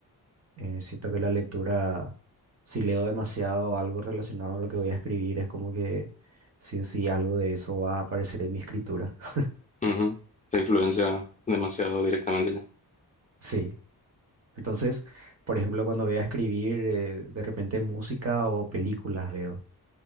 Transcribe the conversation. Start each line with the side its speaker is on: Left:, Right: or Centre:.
Right: Eh, siento que la lectura, si leo demasiado algo relacionado a lo que voy a escribir, es como que sí o sí algo de eso va a aparecer en mi escritura. <laughs>
Left: ujú. Te influencia demasiado directamente ya.
Right: Sí. Entonces, por ejemplo, cuando voy a escribir, eh, de repente música o películas veo.